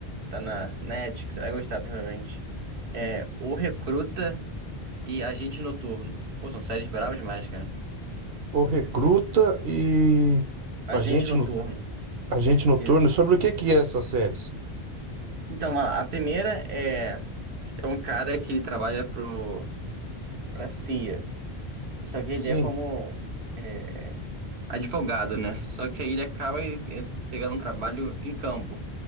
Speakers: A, on the right (about 80°); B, on the right (about 65°).
A: tá na net, que você vai gostar provavelmente. É O Recruta e Agente Noturno. Pô, são séries bravas demais, cara.
B: O Recruta e
A: Agente
B: Agente,
A: Noturno,
B: no, Agente Noturno.
A: isso.
B: Sobre o que que é essas séries?
A: Então, a a primeira é, é um cara que ele trabalha pro, pra CIA. Só que ele
B: Sim,
A: é como. é, advogado, né? Só que aí ele acaba eh, eh, pegando um trabalho em campo,